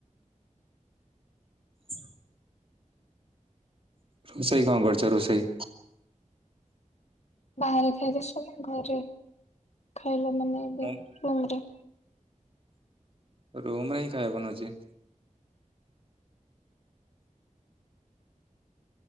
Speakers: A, on the right; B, on the left.
A: ଚି ରୋଷେଇ କଣ କରିଚ ରୋଷେଇ?
B: ବାହାରେ ଖାଇଦେଇ ସ ନାଁ ଘରେ? ଖାଇଲଣି ନାଇଁ ଏବେ
A: ମୁଁ
B: ଲୁମଟେ?
A: ରୁମ ରେ ହିଁ ଖାଇବନ ଅଛି।